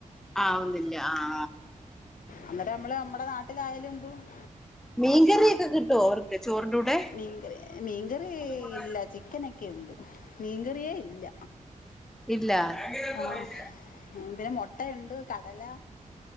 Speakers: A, in the centre; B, on the left (about 80°).
A: ആവുന്നില്ല ആ
B: അന്നേരം നമ്മള് നമ്മുടെ നാട്ടിലായാലും <unintelligible>
A: മീൻകറിയൊക്കെ കിട്ടുവോ അവർക്ക് ചോറിന്റെ
B: മീൻകറി മീൻകറി
A: കൂടെ
B: ഇല്ല ചിക്കനൊക്കെ ഉണ്ട് മീൻകറിയേ ഇല്ല
A: ഇല്ല
B: ആ പിന്നെ മുട്ടയുണ്ട് കടല